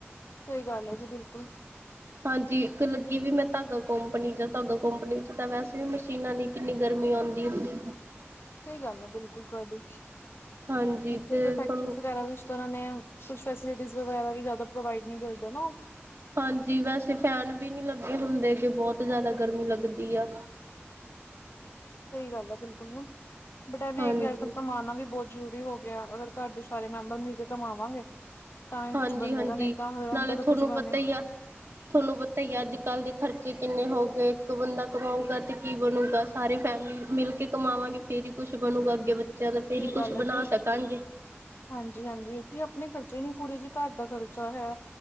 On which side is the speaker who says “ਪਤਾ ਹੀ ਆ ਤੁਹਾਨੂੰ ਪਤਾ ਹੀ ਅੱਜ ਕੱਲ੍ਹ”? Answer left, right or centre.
Right